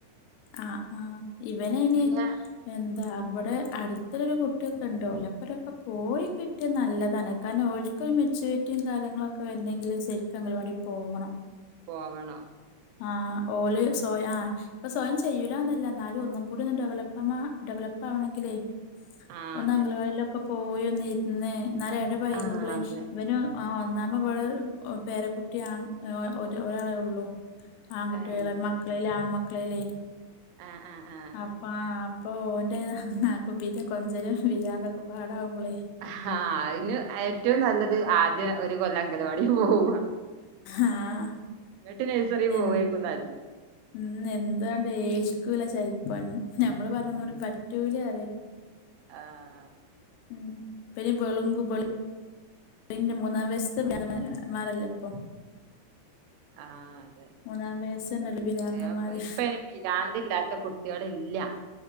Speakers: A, on the left (about 85°); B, on the right (about 85°).
A: അഹ് ആഹ് ഇവനയ്ന്
B: പിന്നെ
A: എന്താ ബ്ടെ അട്ത്തൊരു കുട്ട്യൊക്കെണ്ട് ഓലാെപ്പരൊക്കെ പോയ് കിട്ട്യാ നല്ലതാണ് കാര്ണം ഓൽക്കൊര് മെച്ചൂരിറ്റിം കാര്യങ്ങളൊക്കെ വെര്നെങ്കില് സെര്ക്ക് അഗൽവാടി പോണം
B: പോവണം
A: ആഹ് ഓല് സാെയം ആഹ് പ്പം സ്വയം ചെയ്യൂലാന്നല്ല ന്നാലും ഒന്നും കൂട്യൊന്ന് ഡെവലപ്പമാ ഡെവലപ്പാവണെങ്കിലേ
B: ആഹ്
A: ഒന്ന്
B: അതെ
A: അഗലവാടീലൊക്കെ പോയി ഒന്നിര്ന്ന് ന്നാലെ എടപയ്ക്മ്പ്ളേ
B: ആഹ് അതെ
A: ഇവനൊ ആഹ് ഒന്നാമെ വെള് ഒ പേരക്കുട്ട്യാം ഏഹ് ഒര് ഒരാളെ ഒള്ളൂ ആങ്കുട്ട്യേള്
B: ആഹ്
A: മക്ക്ളേല്
B: ശരി
A: ആൺമക്ക്ളേലേ
B: ആഹ് ആഹ് ആഹ്
A: അപ്പം ആഹ് പ്പൊ ഓന്റെ ഏഹ് കുപ്പീത്തിം കൊഞ്ചലും പിരാന്തും ഒക്കെ പാടാവ്മ്പ്ളേ
B: ആഹ് അയ്ന് ഏറ്റവും നല്ലത് ആദ്യം ഒര് കൊല്ലങ്കലവാടീ പോവാ
A: ആഹ്
B: ന്നെട്ട് നെഴ്സെറീ
A: എ
B: പോവേക്കും നല്ലേ
A: ഉം എന്തു ആണ്ട് ഏൽക്കൂല ചെൽപ്പം ഞമ്മള് പർഞ്ഞാെന്നും ഓന് പറ്റൂലറ്യാ
B: ആഹ്
A: ഉം പ്പെയ്ന് ബെളുംങ്കു ബെള് ന്റെ മൂന്നാം വയ്സ്ത്തെ <unintelligible> മാരെല്ലെപ്പം
B: ആഹ് അതെ
A: മൂന്നാം വയസ്സുണ്ടല്ലോ പിരാന്തന്മാര്
B: ഏഹ് ഇപ്പ ഇപ്പയ്ന് പിരാന്തില്ലാത്ത കുട്ട്യേള് ഇല്ലാ